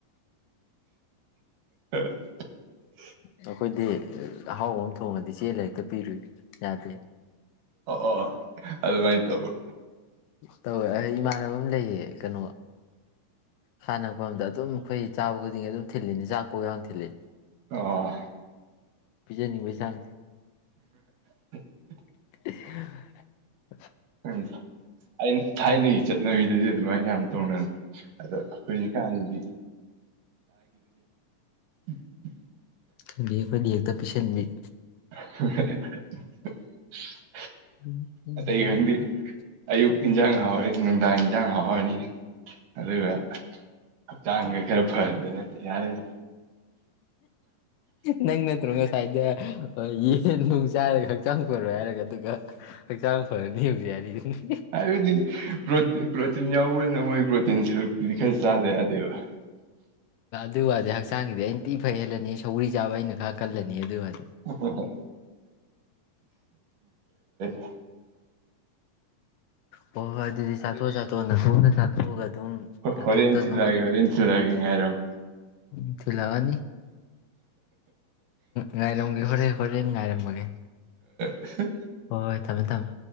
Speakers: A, on the right; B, on the left.
A: <unintelligible>
B: ꯑꯩꯈꯣꯏꯗꯤ ꯑꯍꯥꯎꯕ ꯑꯃ ꯊꯣꯡꯉꯗꯤ ꯆꯦ ꯂꯥꯒ ꯍꯦꯛꯇ ꯄꯤꯔꯨꯏ ꯌꯥꯗꯦ꯫
A: ꯑꯣ ꯑꯗꯨꯃꯥꯏꯅ ꯇꯧꯋꯤ
B: ꯇꯧꯋꯦ ꯑꯩ ꯏꯃꯥꯟꯅꯕ ꯑꯃ ꯂꯩꯌꯦ ꯀꯅꯣ ꯍꯥꯟꯅꯛꯄ ꯑꯗ ꯑꯗꯨꯝ ꯑꯩꯈꯣꯏ ꯆꯥꯕ ꯈꯨꯗꯤꯡꯒꯤ ꯑꯗꯨꯝ ꯊꯤꯜꯂꯤꯅꯤ ꯆꯥꯛꯄꯥꯎ ꯌꯥꯝ ꯊꯤꯜꯂꯤ꯫
A: ꯑꯣ
B: ꯄꯤꯖꯅꯤꯡꯕꯩ ꯆꯥꯡ
A: <unintelligible>
B: <unintelligible>
A: ꯎꯝ ꯑꯩ ꯊꯥꯏꯅꯩꯆꯠ ꯅꯣꯏꯗꯗꯤ ꯑꯗꯨꯃꯥꯏꯅ ꯌꯥꯝ ꯇꯧꯅ ꯑꯗꯣ ꯍꯧꯖꯤꯛꯀꯥꯟꯗꯤ <unintelligible>
B: ꯈꯪꯗꯤ ꯑꯩꯈꯣꯏꯗꯤ ꯍꯦꯛꯇ ꯄꯤꯁꯟꯕꯤ꯫
A: <unintelligible>
B: ꯎꯝ
A: ꯑꯇꯩ ꯈꯪꯗꯦ ꯑꯌꯨꯛ ꯏꯟꯖꯥꯡ ꯍꯥꯎꯔꯦ ꯅꯨꯡꯗꯥꯡ ꯌꯦꯟꯁꯥꯡ ꯍꯥꯎꯔꯅꯤ ꯑꯗꯨꯒ ꯍꯛꯆꯥꯡꯖꯦ ꯈꯔ ꯐꯗ꯭ꯔꯦ ꯌꯥꯔꯦꯗ
B: ꯅꯪ ꯅꯠꯇ꯭ꯔꯣ ꯉꯥꯁꯥꯏꯗꯩꯩ ꯍꯣꯏ ꯌꯦꯟ ꯅꯨꯡ ꯆꯥꯏꯔꯒ ꯍꯛꯆꯥꯡ ꯐꯔꯣꯏ ꯍꯥꯏꯔꯒ ꯑꯗꯨꯒ ꯍꯛꯆꯥꯡ ꯐꯔꯅꯤ ꯍꯨꯖꯤ <unintelligible>
A: ꯍꯥꯏꯕꯗꯤ ꯄ꯭ꯔꯣꯇꯤꯟ ꯄ꯭ꯔꯣꯇꯤꯟ ꯌꯥꯎꯕꯅ ꯃꯣꯏ ꯄ꯭ꯔꯣꯇꯤꯟ ꯁꯨ ꯈꯥ ꯆꯗꯌꯥꯗꯦꯕ
B: ꯑꯗꯨ ꯋꯥꯗꯤ ꯍꯛꯆꯥꯡꯒꯤꯗꯤ ꯑꯩꯅꯇꯤ ꯐꯥ ꯍꯦꯟꯂꯅꯤ ꯁꯧꯔꯤ ꯆꯥꯕ ꯑꯩꯅ ꯈꯔ ꯀꯜꯂꯅꯤ ꯑꯗꯨꯗꯤ
A: ꯍꯣꯏ ꯍꯣꯏ <unintelligible>
B: ꯍꯣꯏ ꯍꯣꯏ ꯑꯗꯨꯗꯤ ꯆꯥꯊꯣꯛ ꯆꯥꯊꯣꯛꯑꯣ ꯅꯥꯇꯣꯝꯗ ꯆꯥꯊꯣꯛꯑꯒ ꯑꯗꯨꯝ ꯅꯥꯇꯣꯝꯗ
A: ꯍꯣꯔꯦꯟ
B: ꯑꯗꯨꯝ
A: ꯊꯤꯜꯂꯛꯑꯒꯦ ꯍꯣꯔꯦꯟ ꯊꯤꯜꯂꯛꯑꯒꯦ ꯉꯥꯏꯔꯝꯃꯣ
B: <inaudible> ꯊꯤꯜꯂꯛꯑꯅꯤ ꯉꯥꯏꯔꯝꯒꯦ ꯍꯣꯔꯦꯟ ꯍꯣꯔꯦꯟ ꯉꯥꯏꯔꯝꯃꯒꯦ
A: ꯍ <unintelligible>
B: ꯍꯣꯏ ꯍꯣꯏ ꯊꯝꯃꯦ ꯊꯝꯃꯦ